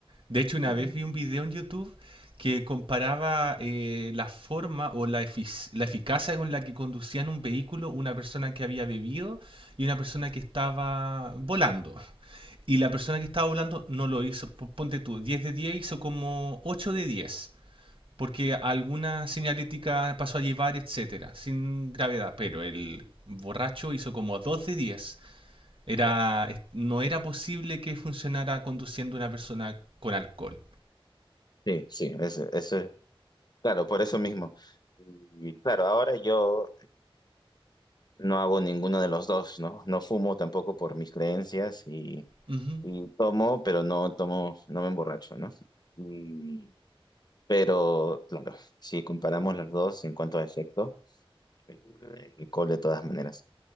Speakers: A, on the right; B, on the left.
A: De hecho, una
B: Y-
A: vez vi un video en YouTube que comparaba eh, la forma o la, efic- la eficacia con la que conducían un vehículo una persona que había bebido y una persona que estaba volando. Y la persona que estaba volando no lo hizo, p- ponte tú, 10 de 10 hizo como ocho de diez. porque alguna señalética pasó a llevar, etcétera, sin gravedad, pero el borracho hizo como 2 de 10. Era, no era posible que funcionara conduciendo una persona con alcohol.
B: Sí, sí, eso, eso es, claro, por eso mismo. Y claro, ahora yo no hago ninguno de los dos, ¿no? No fumo tampoco por mis creencias y,
A: Ujú.
B: y tomo, pero no tomo, no me emborracho, ¿no? Y- pero, claro, si comparamos las dos en cuanto a efecto, eh, el alcohol de todas maneras.